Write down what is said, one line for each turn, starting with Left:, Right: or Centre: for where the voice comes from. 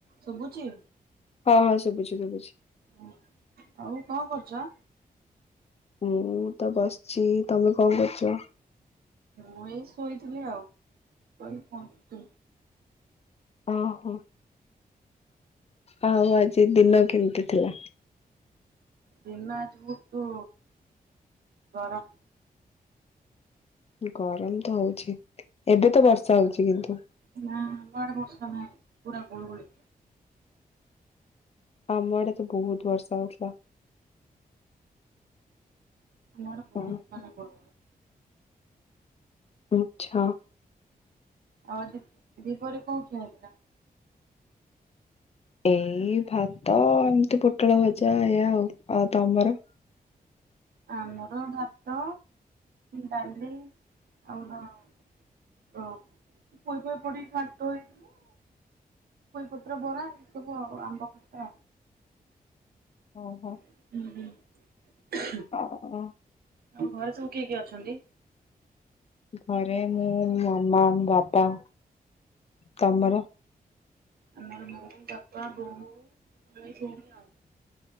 Right: ଶୁବୁଚି?
Left: ହଁ ହଁ ଶୁବୁଚି ଶୁବୁଚି।
Right: ଉଁ ଆଉ କଁ କରୁଚ?
Left: ମୁଁ ତ ବସଚି ତମେ କଣ କରୁଚ?
Right: ମୁଁ ଏଇ ଶୋଇଥିଲି ଆଉ ସୋଇ ଫୋନ ଥିଲି।
Left: ଅ ହୋ। ଆଉ ଆଜି ଦିନ କେମତି ଥିଲା?
Right: ଦିନ ଆଜି ଭୁତୁ ଗରମ।
Left: ଗରମ ତ ହୋଉଛି ଏବେ ତ ବର୍ଷା ହୋଉଚି କିନ୍ତୁ।
Right: ନାଁ ଆମ ଆଡେ ବର୍ଷା ନାହିଁ ପୁରା ଗୁଳଗୁଳି।
Left: ଆମ ଆଡେ ତ ବହୁତ ବର୍ଷା ହଉଥିଲା।
Right: ନା ଆଡ଼େ
Left: ହଁ
Right: ବହୁତ ମନେ ଗୁ
Left: ମିଛ।
Right: ଆଉ ଆଜି ଦିପରେ କଁ ଖିଆ ହେଇଥିଲ?
Left: ଏଇ ଭାତ ଏମିତି ପୋଟଳ ଭଜା ଇଆ ହୋଉ ଆଉ ତମର?
Right: ଆମର ଭାତ, ଡାଲି ଆଉ ଡ <unintelligible> ପୋଇପତ୍ର ବରା ଏ ସବୁ ଆଉ ଆମ୍ବ ଖଟା।
Left: ଓହୋ।
Right: ଉଁହୁ
Left: <unintelligible>
Right: ଆଉ ଘରେ ସବୁ କିଏ କିଏ ଅଛନ୍ତି?
Left: ଘରେ ମୁଁ ମମା ବାପା। ତମର?
Right: ଆମର ମୁଁ ବାପା ବୋଉ ରହି ଛନି ଆଉ।